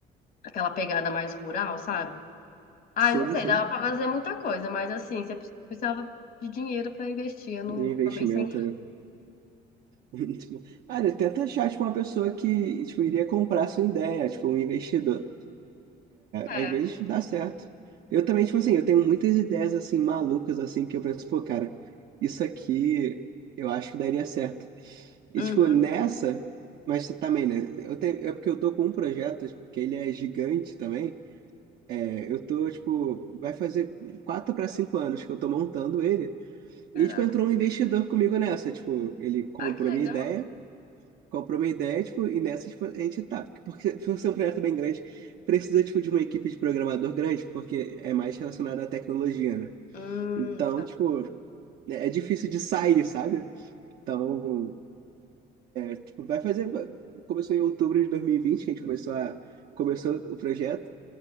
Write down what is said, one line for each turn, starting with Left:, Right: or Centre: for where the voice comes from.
Left: aquela pegada mais rural, sabe? Ah,
Right: Sim,
Left: eu não sei,
Right: sim.
Left: dava para fazer muita coisa, mas assim, você precisava de dinheiro para investir, eu não,
Right: Do investimento,
Left: também sem.
Right: né? <laughs> Tipo, ah, né, tenta achar, tipo, uma pessoa que, tipo, iria comprar a sua ideia, tipo, um investidor.
Left: É.
Right: Às vezes dá certo. Eu também, tipo assim, eu tenho muitas ideias assim malucas assim que eu penso, pô, cara, isso aqui eu acho que daria certo. E
Left: Uhum.
Right: tipo, nessa, mas também, né? Eu tenho, é porque eu tô com um projeto tipo, que ele é gigante também. É, eu tô, tipo, vai fazer quatro para cinco anos que eu tô montando ele.
Left: Caraca.
Right: E tipo, entrou um investidor comigo nessa, tipo, ele comprou
Left: Ah, que legal.
Right: minha ideia Comprou uma ideia, tipo, e nessa, tipo, a gente tá. Porque porque se você é um projeto bem grande, precisa, tipo, de uma equipe de programador grande, porque é mais relacionado à tecnologia, né?
Left: Hum,
Right: Então,
Left: tá.
Right: tipo, é é difícil de sair, sabe? Então, tipo, vai fazer. Começou em outubro de 2020, que a gente começou a, começou o projeto.